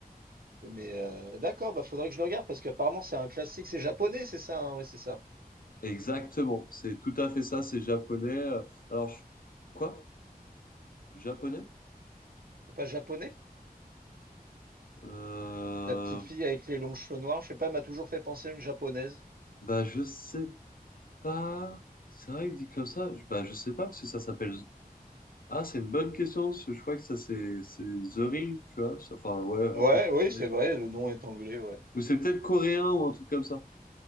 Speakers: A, on the right; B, on the left.
A: Mais euh, d'accord, bah faudrait que je le regarde parce qu'apparemment c'est un classique, c'est japonais, c'est ça, hein Oui, c'est ça.
B: Exactement, c'est tout à fait ça, c'est japonais. Euh, Alors, je- quoi? Japonais?
A: C'est pas japonais?
B: Euh...
A: La petite fille avec les longs cheveux noirs, je sais pas, elle m'a toujours fait penser à une japonaise.
B: Bah, je sais pas. C'est vrai que dit comme ça, je- bah, je sais pas parce que ça s'appelle. Ah, c'est une bonne question. parce que Je crois que ça, c'est c'est The Ring, tu vois. Ça- Enfin, ouais,
A: Ouais,
B: après, tu
A: oui,
B: peux
A: c'est
B: ils
A: vrai,
B: ont pu le
A: le
B: traduire.
A: nom est anglais, ouais.
B: Ou c'est peut-être coréen ou un truc comme ça.